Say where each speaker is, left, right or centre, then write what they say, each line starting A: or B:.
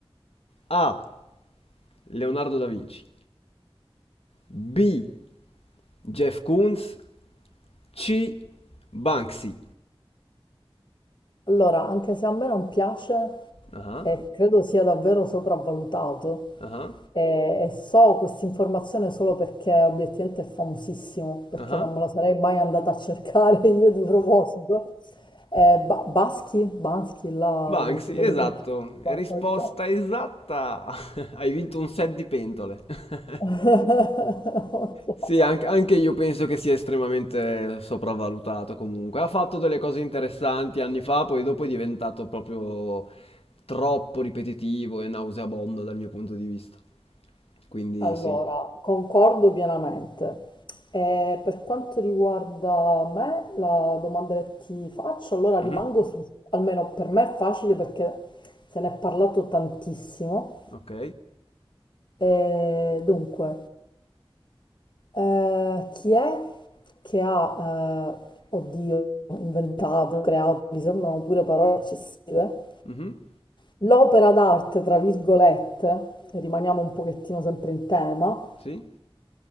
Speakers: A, on the left; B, on the left.
A: A. Leonardo da Vinci. B. Jeff Koons. C. Banksy.
B: Allora, anche se a me non piace,
A: Ah,
B: Eh, credo sia davvero sopravvalutato
A: ah,
B: e, e so questa informazione solo perché obiettivamente è famosissimo, perché
A: ah.
B: non me lo sarei mai andata a cercare <laughs> io di proposito. Eh, Ba- Baschi? Baschi, là,
A: Banksy,
B: come si pronuncia?
A: esatto,
B: Ba-
A: risposta
B: ok.
A: esatta. <laughs> Hai vinto un set di pentole.
B: <laughs>
A: <laughs>
B: Ok.
A: Sì, anche, anche io penso che sia estremamente sopravvalutato comunque. Ha fatto delle cose interessanti anni fa, poi dopo è diventato proprio troppo ripetitivo e nauseabondo dal mio punto di vista. Quindi
B: Allora,
A: sì.
B: concordo pienamente. E per quanto riguarda me, la domanda che ti faccio, allora
A: Mhm.
B: rimango su, almeno per me è facile perché se ne è parlato tantissimo.
A: Ok.
B: E dunque, eh, chi è che ha, eh, oddio, inventato, creato, mi sembrano pure parole eccessive,
A: Mhm.
B: l'opera d'arte, tra virgolette, rimaniamo un pochettino sempre in tema
A: Sì.